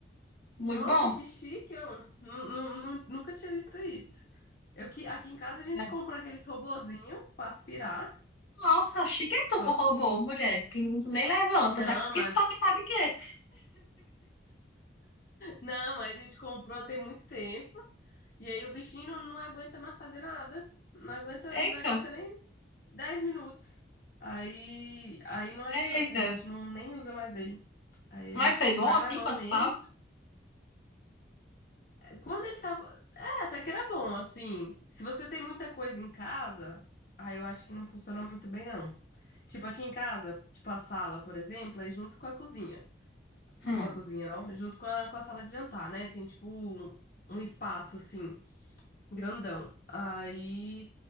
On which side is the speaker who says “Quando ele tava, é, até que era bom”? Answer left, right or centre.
Left